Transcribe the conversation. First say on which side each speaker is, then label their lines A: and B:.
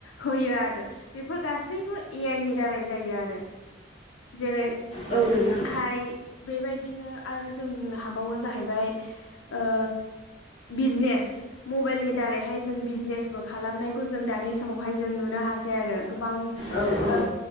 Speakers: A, on the left; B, on the left.
A: होयो आरो बेफोर गासैबो ए आइ नि दारै जायो आरो जेरै
B: औ नोंथां।
A: हाय बेबायदिनो आरो जों बुंनो हाबावो जाहैबाय ओ बिजनेस मबाइलनि दारैहाय जों बिजनेसबो खालामनायखौ जों दानि समावहाय जों नुनो हासै आरो गोबां
B: औ औ
A: ओ